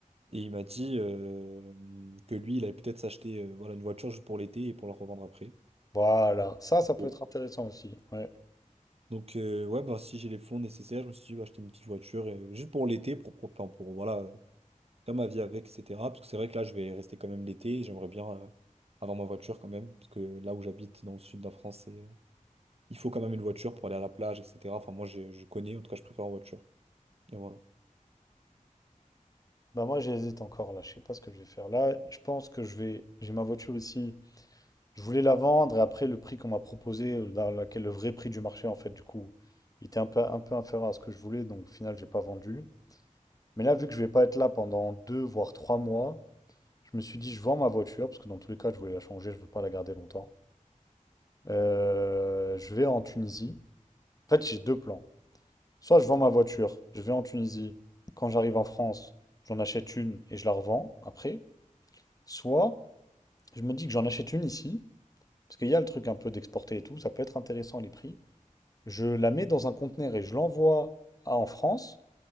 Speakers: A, on the right; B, on the left.
A: et il m'a dit euh, que lui, il allait peut-être s'acheter euh, voilà, une voiture juste pour l'été et pour la revendre après.
B: Voilà, ça, ça peut
A: Oh.
B: être intéressant aussi. Ouais.
A: Donc euh, ouais, bah, si j'ai les fonds nécessaires, je me suis dit, bah, acheter une petite voiture euh, juste pour l'été, pour, pour, enfin, pour voilà, euh, faire ma vie avec, etc. Parce que c'est vrai que là, je vais rester quand même l'été, et j'aimerais bien euh, avoir ma voiture quand même, parce que là où j'habite, dans le sud de la France, c'est, euh, il faut quand même une voiture pour aller à la plage, etc. Enfin, moi, je, je connais, en tout cas, je préfère en voiture. Et voilà.
B: Bah moi, j'hésite encore là. Je sais pas ce que je vais faire là. Je pense que je vais. J'ai ma voiture ici. Je voulais la vendre et après le prix qu'on m'a proposé, euh, dans laquelle le vrai prix du marché en fait, du coup, il était un peu un peu inférieur à ce que je voulais. Donc au final, j'ai pas vendu. Mais là, vu que je vais pas être là pendant deux voire trois mois, je me suis dit, je vends ma voiture parce que dans tous les cas, je voulais la changer. Je veux pas la garder longtemps. Euh, je vais en Tunisie. En fait, j'ai deux plans. Soit je vends ma voiture, je vais en Tunisie, quand j'arrive en France, j'en achète une et je la revends après. Soit je me dis que j'en achète une ici, parce qu'il y a le truc un peu d'exporter et tout, ça peut être intéressant les prix. Je la mets dans un conteneur et je l'envoie à- en France.